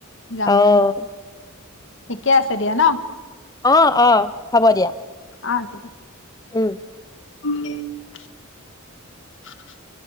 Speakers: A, on the left (about 60°); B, on the left (about 15°).
A: যাম
B: অ',
A: যাম। ঠিকে আছে দিয়া ন'।
B: অঁ' অঁ' হ'ব দিয়া।
A: অ ঠিক আছে
B: উমঁ'।
A: <unintelligible>